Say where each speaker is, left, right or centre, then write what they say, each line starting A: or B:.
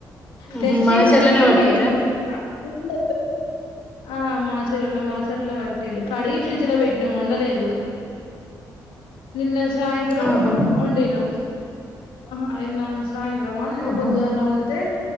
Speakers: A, on the left; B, on the left.
A: ఉహు
B: తెచ్చీ
A: మన
B: కడిగీ
A: చెర్లనే పట్టిర్రా
B: <unintelligible> ఆ మాచెరలో మనచెరులో పెట్టిళ్ళు, కడిగి ఫ్రిడ్జ్ లో వెట్నం ఒండలేదు. నిన్న సాయంత్రం
A: ఆహా
B: ఒండినం అహ ఇన్న సాయంత్రమా నిన్న
A: ఆహా
B: పొద్దుగాల్నా ఒండితే